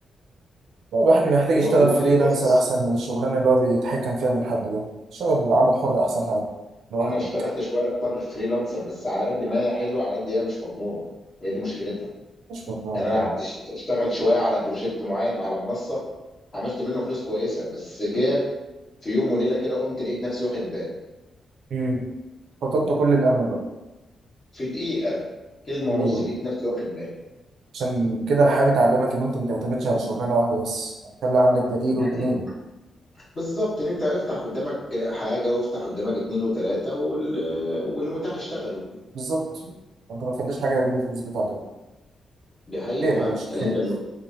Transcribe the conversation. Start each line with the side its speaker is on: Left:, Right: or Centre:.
Right: لا، الواحد محتاج
Left: والله
Right: يشتغل فريلانسر
Left: بص
Right: أحسن من الشغلانة اللي هو بيتحكم فيها من حد ده الشغل بعمل حر أحسن حاجة لوحدك
Left: انا اشتغلت شويه اكتر فريلانسر بس على قد ما هي حلوه على قد هي مش مضمونه هي دي مشكلتها
Right: مش مضمونة
Left: يعني
Right: فعلا
Left: انا قعدت أش- اشتغل شويه على بروجكت معين على منصه عملت منه فلوس كويسه بس جه في يوم وليله كده قمت لقيت نفسي واخد بان
Right: مم. فقدت كل الأمل بقى
Left: في دقيقه كلمه
Right: في البيت.
Left: ونص لقيت نفسي واخد بان
Right: عشان كده الحياة بتعلمك إن أنت ما تعتمدش على شغلانة واحدة بس، يعني خلي عندك بديل
Left: ده
Right: واتنين
Left: حقيقي. بالظبط ان انت افتح قدامك حاجه وافتح قدامك اتنين وتلاته وال... والمتاح اشتغلوا
Right: بالظبط، أنت ما تخليش حاجة إن أنت تثبت عليها،
Left: دي حقيقه
Right: خير
Left: فعلا
Right: يا باشا
Left: يعني
Right: خير،
Left: انت الم...